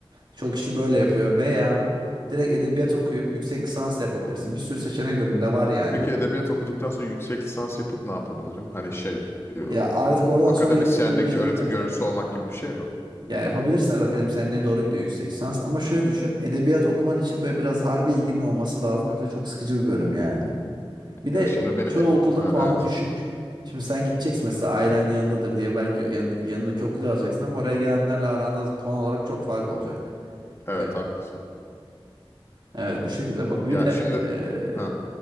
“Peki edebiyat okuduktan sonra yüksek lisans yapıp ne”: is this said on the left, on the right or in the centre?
Left